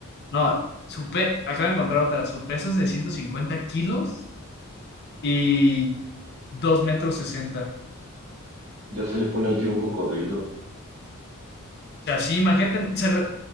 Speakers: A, on the left (about 50°); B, on the right (about 80°).
A: no, su pe, acabo de encontrar otra, su peso es de 150 kilos y 2 metros 60.
B: Ya se le pone el tiro a un cocodrilo.
A: O sea, sí, imagínate, se re-